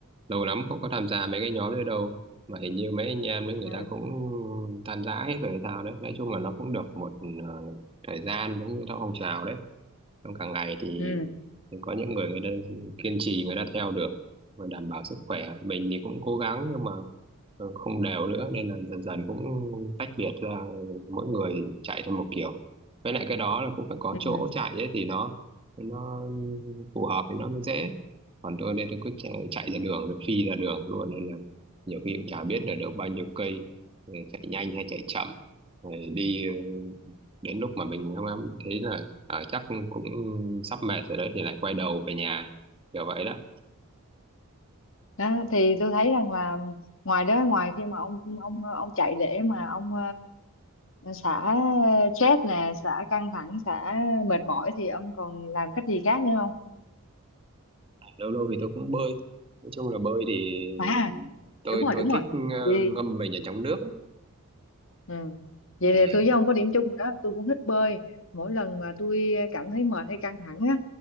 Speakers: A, on the right; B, on the left.
A: lâu lắm không có tham gia mấy cái nhóm đấy đâu mà hình như mấy anh em đấy người
B: ừ
A: ta cũng tan rã hết rồi hay sao đấy nói chung là nó cũng được một ờ, thời gian giống như theo phong trào đấy trong cả ngày thì,
B: ừ
A: thì có những người người ta kiên trì người ta theo được và đảm bảo sức khỏe mình thì cũng cố gắng nhưng mà ờ, không đều nữa nên là dần dần cũng tách biệt ra mỗi người chạy theo một kiểu với lại cái đó là cũng phải có
B: ừ
A: chỗ chạy ấy thì nó nó phù hợp thì nó mới dễ còn tôi đây tôi cứ chạy, chạy ra đường tôi phi ra đường luôn nên là nhiều khi cũng chả biết là được bao nhiêu cây ờ, chạy nhanh hay chạy chậm Rồi đi ờ, đến lúc mà mình không em thấy là Ờ, chắc cũng sắp mệt rồi đấy thì lại quay đầu về nhà kiểu vậy đó
B: đó thì tôi thấy rằng là ngoài đó ngoài khi mà ông ông ông chạy để mà ông ờ, xả stress nè xả căng thẳng xả mệt mỏi thì ông còn làm cách gì khác nữa không
A: lâu lâu thì tôi cũng bơi nói chung là bơi thì
B: à
A: tôi
B: đúng rồi
A: tôi
B: đúng
A: thích
B: rồi
A: ờ,
B: đi
A: ngâm mình ở trong nước ấy.
B: Ừ. Vậy
A: ừ,
B: thì tôi với ông có điểm chung rồi đó tôi cũng thích bơi mỗi lần mà tôi cảm thấy mệt hay căng thẳng á